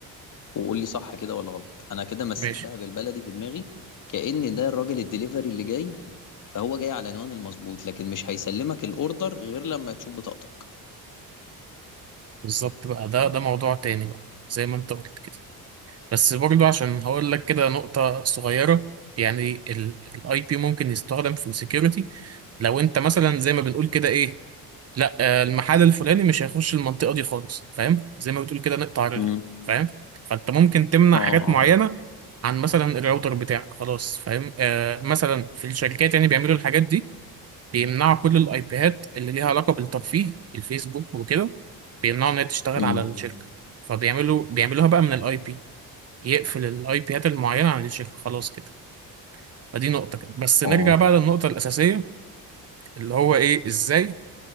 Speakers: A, on the left; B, on the right.
A: وقول لي صح كده ولا غلط انا كده مثلتها
B: ماشي
A: بالبلدي في دماغي كأن ده الراجل الدليفري اللي جاي فهو جاي على العنوان المظبوط لكن مش هيسلمك الاوردر غير لما تشوف بطاقتك
B: بالظبط بقى ده ده موضوع تاني بقى زي ما انت قلت كده بس برضو عشان هقول لك كده نقطة صغيرة يعني الاي بي ممكن يستخدم في السكيورتي لو انت مثلا زي ما بنقول كده ايه لا آه، المحل الفلاني مش هيخش المنطقة دي خالص فاهم زي ما بتقول كده نقطع رجله
A: امم
B: فاهم فانت ممكن تمنع
A: اه اه
B: حاجات معينة عن مثلا الراوتر بتاعك خلاص فاهم آه مثلا في الشركات يعني بيعملوا الحاجات دي بيمنعوا كل الايبيهات اللي ليها علاقة بالترفيه الفيسبوك وكده بيمنعوا ان هي تشتغل
A: امم
B: على الشركة فبيعملوا بيعملوها بقى من الاي بي يقفل الاي بيات المعينه عن الشركه خلاص كده فدي نقطه كده بس نرجع
A: اه
B: بقى للنقطه الاساسيه اللي هو ايه ازاي